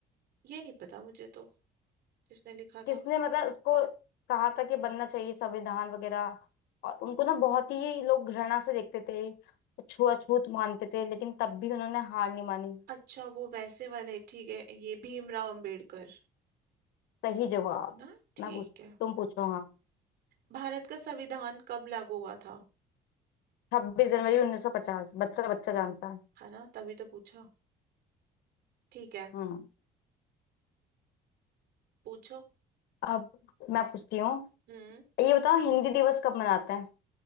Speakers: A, on the right; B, on the left.
A: ये नहीं पता मुझे तो किसने लिखा
B: किसने
A: था
B: मतलब उसको कहा था कि बनना चाहिए संविधान वगैरह और उनको ना बहुत ही लोग घृणा से देखते थे छुआछूत मानते थे लेकिन तब भी उन्होंने हार नहीं मानी
A: अच्छा वो वैसे वाले ठीक है ये भीमराव अंबेडकर
B: सही जवाब
A: है ना ठीक
B: मैं पूछ
A: है
B: तुम पूछो हाँ
A: भारत का संविधान कब लागू हुआ था
B: छब्बीस जनवरी उन्नीस सौ पचास बच्चा बच्चा जानता है
A: है ना तभी तो पूछा ठीक है
B: हम्म
A: पूछो
B: अब मैं पूछती हूँ
A: हम्म
B: ये बताओ हिंदी दिवस कब मनाते हैं